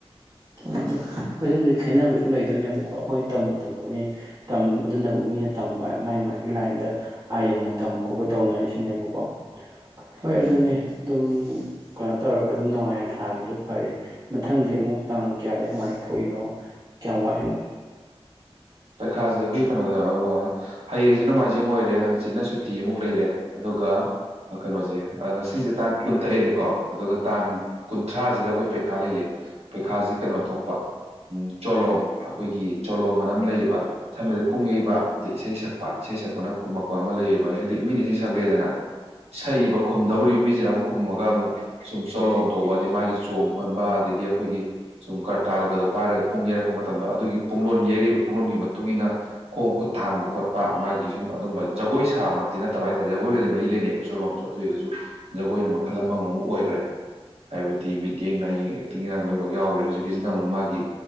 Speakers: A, on the right (about 40°); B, on the right (about 75°).
A: ꯑꯗꯨ ꯑꯩꯈꯣꯏꯗꯕꯨꯗꯤ ꯈꯦꯟꯅꯕ ꯑꯗꯨꯝ ꯂꯩꯗꯣꯏꯅꯦꯕꯀꯣ ꯑꯈꯣꯏꯅ ꯇꯝꯃꯨꯗꯕꯒꯤꯅꯤ꯫ ꯇꯝ ꯑꯗꯨꯅꯕꯨ ꯃꯤꯅ ꯇꯝꯕ ꯃꯥꯏ ꯃꯥꯏꯒꯤ ꯂꯥꯏꯟꯗ ꯑꯥ ꯌꯧꯅ ꯇꯝꯕ ꯈꯣꯠꯄ ꯇꯧꯅꯔꯤꯁꯤꯅꯦꯕꯀꯣ ꯍꯣꯏ
B: ꯎꯝ
A: ꯑꯗꯨꯅꯦ ꯑꯗꯨꯝ ꯀꯩꯅꯣ ꯇꯧꯔꯒ ꯑꯗꯨꯝ ꯅꯨꯡꯉꯥꯏꯅ ꯊꯥꯒꯤꯗꯣ ꯐꯔꯦ ꯃꯊꯪꯗꯤ ꯑꯃꯨꯛ ꯇꯥꯡ ꯀꯌꯥꯗ ꯀꯃꯥꯏꯅ ꯊꯣꯛꯏꯅꯣ ꯀꯌꯥꯝ ꯋꯥꯠꯂꯤꯅꯣ?
B: ꯄꯩꯈꯥꯖꯦ ꯑꯈꯣꯏ ꯀꯩꯅꯣꯗ ꯑꯋꯥ ꯍꯌꯦꯡꯖꯤ ꯅꯣꯡ ꯃꯥꯏꯖꯤꯡ ꯑꯣꯏꯔꯦ ꯍꯥꯡꯆꯤꯠꯅ ꯁꯨꯇꯤ ꯑꯃꯨꯛ ꯂꯩꯔꯦ ꯑꯗꯨꯒ ꯀꯩꯅꯣꯖꯦ ꯉꯁꯤꯁꯦ ꯇꯥꯡ ꯀꯨꯟ ꯇꯔꯦꯠꯅꯤꯀꯣ ꯑꯗꯨꯒ ꯇꯥꯡ ꯀꯨꯟꯊ꯭ꯔꯥꯖꯤꯗ ꯑꯈꯣꯏ ꯄꯩꯈꯥ ꯂꯩꯌꯦ ꯄꯩꯈꯥꯖꯤ ꯀꯩꯅꯣ ꯊꯣꯛꯄ ꯎꯝ ꯆꯣꯂꯣꯝ ꯑꯈꯣꯏꯒꯤ ꯆꯣꯂꯣꯝ ꯑꯅ ꯑꯃ ꯂꯩꯌꯦꯕ ꯕꯗ ꯄꯨꯡ ꯌꯩꯕ ꯑꯗꯩ ꯏꯁꯩ ꯁꯛꯄ ꯏꯁꯩ ꯁꯛꯄꯅ ꯈꯨꯝꯃꯛꯄ ꯑꯃ ꯂꯩꯌꯦꯕ ꯍꯦꯛꯇ ꯃꯤꯅ ꯏꯁꯩ ꯁꯛꯂꯦꯗꯅ ꯁꯛꯏꯕ ꯈꯨꯝꯗꯧꯔꯤꯕ ꯃꯤꯖꯤꯅ ꯑꯃꯨꯛ ꯈꯨꯝꯃꯒ ꯑꯃꯨꯛ ꯁꯨꯝ ꯆꯣꯂꯣꯝ ꯇꯧꯕꯗꯤ ꯃꯥꯒꯤ ꯆꯣꯡ ꯐꯟꯕ ꯑꯗꯒꯤ ꯑꯩꯈꯣꯏꯒꯤ ꯁꯨꯝ ꯀꯔꯇꯥꯜꯒꯗꯣ ꯄꯥꯏꯔꯒ ꯄꯨꯡ ꯌꯩꯔꯛꯄ ꯃꯇꯝꯗꯣ ꯑꯗꯨꯒꯤ ꯄꯨꯡꯂꯣꯟ ꯌꯩꯔꯛꯏꯕ ꯄꯨꯡꯂꯣꯟꯒꯤ ꯃꯇꯨꯡ ꯏꯟꯅ ꯈꯣꯡ ꯈꯨꯠ ꯊꯥꯡꯕ ꯈꯣꯠꯄ ꯃꯥꯒꯤ ꯁꯨꯝ ꯑꯗꯨꯝꯕ ꯖꯒꯣꯏ ꯁꯥꯃꯛꯇꯤ ꯅꯠꯇꯕ ꯍꯥꯏꯇꯥꯔꯦ ꯖꯒꯣꯏꯒꯗꯤ ꯃꯔꯤ ꯂꯩꯅꯩꯀꯣ ꯆꯣꯂꯣꯝꯁꯨ ꯑꯗꯨ ꯑꯗꯨ ꯑꯣꯏꯔꯒꯁꯨ ꯖꯒꯣꯏꯅ ꯃꯈꯜ ꯑꯃꯃꯃꯨꯛ ꯑꯣꯏꯒ꯭ꯔꯦ꯫ ꯍꯥꯏꯕꯗꯤ ꯃꯤꯠꯌꯦꯡ ꯅꯥꯌꯦꯡ ꯑꯦꯛꯇꯤꯡ ꯏꯔꯥꯡ ꯂꯣꯏꯅꯃꯛ ꯌꯥꯎꯒ꯭ꯔꯦ ꯍꯧꯖꯤꯛꯀꯤꯁꯤꯅ ꯑꯃꯨꯛ ꯃꯥꯒꯤ